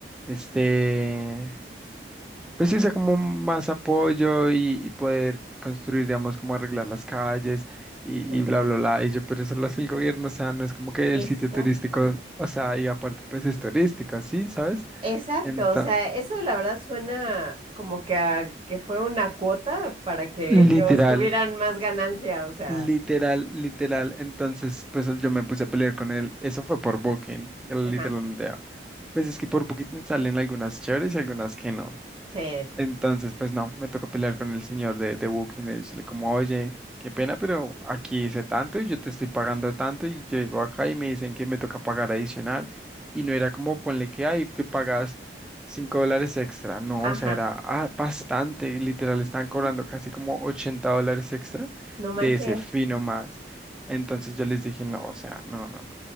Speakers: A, in the centre; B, on the right (about 30°).
A: este, pues sí, sea como más apoyo y, y poder construir, digamos, como arreglar las calles y,
B: ujú,
A: y bla, bla, bla. Y yo, pero eso lo hace el gobierno, o sea, no es como que
B: Exacto.
A: el sitio turístico, o sea, y aparte, pues es turístico, ¿sí? ¿Sabes?
B: Exacto,
A: Enta-
B: o sea, eso la verdad suena como que a- que fue una cuota para que
A: literal,
B: ellos tuvieran más ganancia, o sea,
A: literal, literal. Entonces, pues yo me puse a pelear con él. Eso fue por Booking, él
B: ajá,
A: literalmente. Pues es que por Booking salen algunas chéveres y algunas que no.
B: sí,
A: Entonces, pues no, me tocó pelear con el señor de, de Booking y decirle como, oye, qué pena, pero aquí hice tanto y yo te estoy pagando tanto y yo llego acá y me dicen que me toca pagar adicional y no era como ponle que hay que pagas cinco dólares extra, no,
B: ajá.
A: o sea, era ah, bastante, literal, estaban cobrando
B: Mm,
A: casi como 80 dólares extra
B: No manches,
A: de ese fino más. Entonces yo les dije, no, o sea, no, no, no,